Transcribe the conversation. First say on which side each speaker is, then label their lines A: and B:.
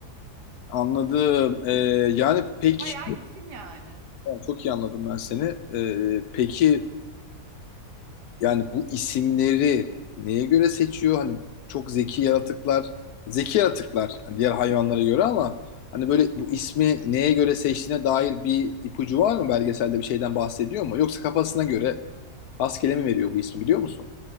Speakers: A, on the left (about 75°); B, on the right (about 80°).
A: Anladım. Ee, yani peki
B: Bayağı isim yani.
A: çok iyi anladım ben seni. Ee, peki Yani bu isimleri neye göre seçiyor? Hani çok zeki yaratıklar, zeki yaratıklar hani diğer hayvanlara göre ama hani böyle bu ismi neye göre seçtiğine dair bir ipucu var mı? Belgeselde bir şeyden bahsediyor mu? Yoksa kafasına göre rastgele mi veriyor bu ismi biliyor musun?